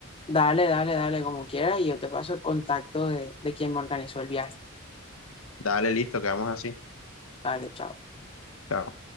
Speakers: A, on the left; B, on the left.
A: Dale, dale, dale, como quieras, y yo te paso el contacto de, de quien me organizó el viaje.
B: Dale, listo, quedamos así.
A: Dale, chao.
B: Chao.